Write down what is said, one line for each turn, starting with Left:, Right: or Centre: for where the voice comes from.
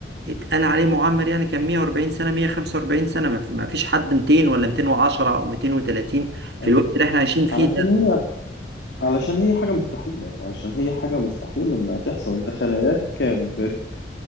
Right: اتقال عليه معمر يعني كان 140 سنة 145 سنة ما ما فيش حد 200 ولا 210 او 230 في
Left: أيوة.
Right: الوقت اللي احنا عايشين فيه
Left: علشان
Right: ده
Left: هي علشان هي حاجة مستحيلة علشان هي حاجة مستحيل إنها تحصل أنت خلاياك بت